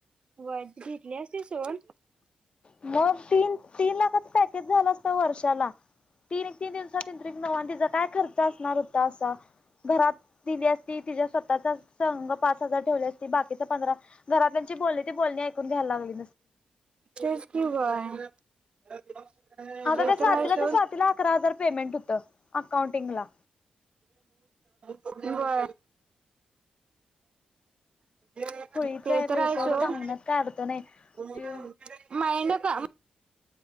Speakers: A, on the right; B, on the left.
A: वय घेतली असते <unintelligible> सन
B: मग तीन तीन लाखाच पॅकेज झालं असत वर्षाला तीन एके तीन दिवसात नऊ तीचा काय खर्च असणार होता घरात दिली असती. तिच्या स्वतःचा संघ पाच हजार ठेवले असती. बाकीचा पंधरा घरात त्यांची बोलली ती बोलणी ऐकून घ्यायला लागली
A: तेच की बाय. <unintelligible>
B: अग त्या स्वातीला
A: आहे सोड
B: तर स्वातीला अकरा हजार पेमेंट होतं अकाउंटिंगला.
A: व्हय. <unintelligible>
B: खुळीच आहे बाई सोड सांगण्यात काय अर्थ नाही जे